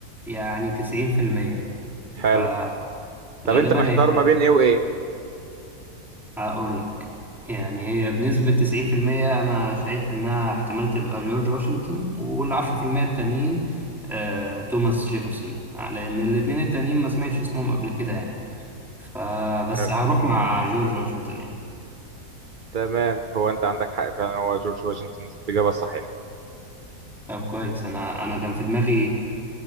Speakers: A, in the centre; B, on the right (about 60°).
A: يعني 90%
B: حلو
A: فغالبا هي
B: طب انت محتار ما بين ايه وايه
A: هقول لك يعني هي بنسبه 90% انا شايف انها احتمال تبقى جورج واشنطن وال 10% التانيين آه، توماس جيفرسون لان الاتنين التانيين ما سمعتش اسمهم قبل كده يعني فبس
B: حلو
A: هروح مع جورج واشنطن يعني
B: تمام هو انت عندك حق فعلا هو جورج واشنطن الاجابه الصحيحه
A: طب كويس انا انا كان في دماغي